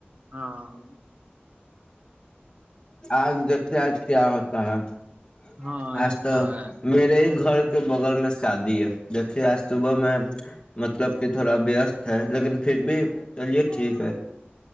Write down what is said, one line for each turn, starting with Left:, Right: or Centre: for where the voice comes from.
Right: ہاں <unintelligible>
Left: آج دیکھ کے آج کیا ہوتا ہے <unintelligible>
Right: ہاں
Left: آج
Right: یہ
Left: تو
Right: ہے
Left: میرے ہی گھر کے بغل میں <unintelligible> شادی ہے دیکھیے آج صبح میں مطلب کہ تھوڑا وست ہے لیکن پھر بھی چلیے ٹھیک ہے <unintelligible>